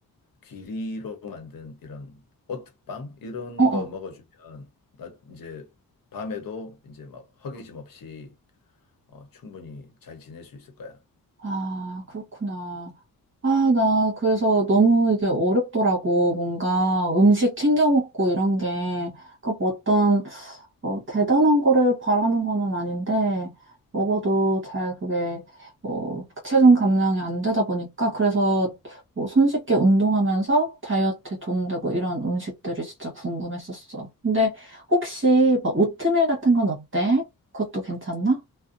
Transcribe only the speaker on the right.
어, 어.
아, 그렇구나. 아, 나 그래서 너무 이게 어렵더라고. 뭔가 음식 챙겨 먹고 이런 게. 그러니까 뭐 어떤 어, 대단한 거를 바라는 거는 아닌데 먹어도 잘 그게 어, 체중 감량이 안 되다 보니까 그래서 뭐 손쉽게 운동하면서 다이어트에 도움되고 이런 음식들이 진짜 궁금했었어. 근데 혹시 막 오트밀 같은 건 어때? 그것도 괜찮나?